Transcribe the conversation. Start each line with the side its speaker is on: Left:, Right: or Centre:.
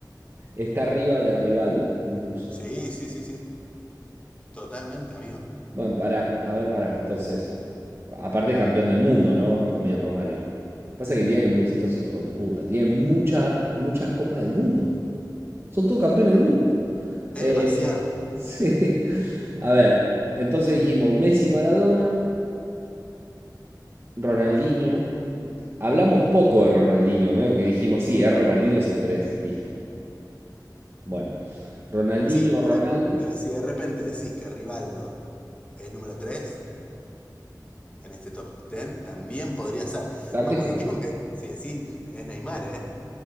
Right: Está arriba de Rivaldo, incluso.
Left: Sí, sí, sí, sí. Totalmente, amigo.
Right: Bueno, pará, a ver, pará, entonces. Aparte campeón del mundo, ¿no? También Romario. Pasa que tienen mu- estos hijos de puta. Tienen muchas, muchas copas del mundo. Son todos campeones
Left: No,
Right: del mundo.
Left: es
Right: Eh,
Left: demasiado,
Right: <laughs>
Left: boludo.
Right: sí. A ver, entonces dijimos Messi, Maradona, Ronaldinho. Hablamos poco de Ronaldinho, medio que dijimos, sí, es Ronaldinho es el 3 listo. Bueno, Ronaldinho,
Left: Sí,
Right: Ronaldo,
Left: pero, pero si de repente decís que Rivaldo es número 3 en este top 10, también podría ser.
Right: también,
Left: Como lo mismo que si decís es Neymar, ¿eh?